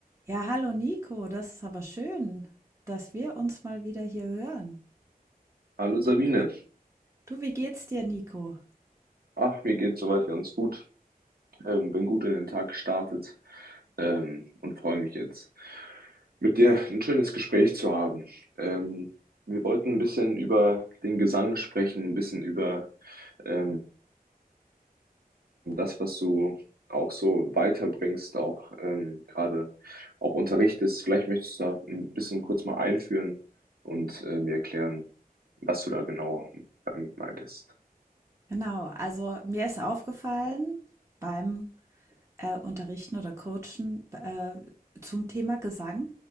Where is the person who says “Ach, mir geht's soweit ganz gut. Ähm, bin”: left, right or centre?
Right